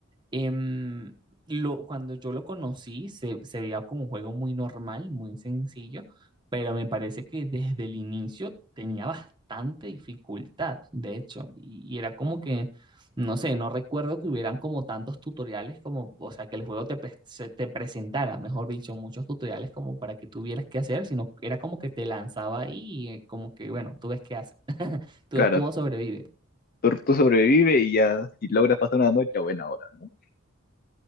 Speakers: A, on the right; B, on the left.
A: Em, lo, cuando yo lo conocí, se, se veía como un juego muy normal, muy sencillo, pero me parece que desde el inicio tenía bastante dificultad, de hecho, y, y era como que, no sé, no recuerdo que hubieran como tantos tutoriales como, o sea, que el juego te, pre- se te presentara, mejor dicho, muchos tutoriales como para que tuvieras que hacer, sino era como que te lanzaba ahí y eh, como que, bueno, tú ves qué haces, <laughs> tú
B: Claro,
A: ves cómo sobrevives.
B: tú, tú sobrevive y ya, si logras pasar una noche, a buena hora, ¿no?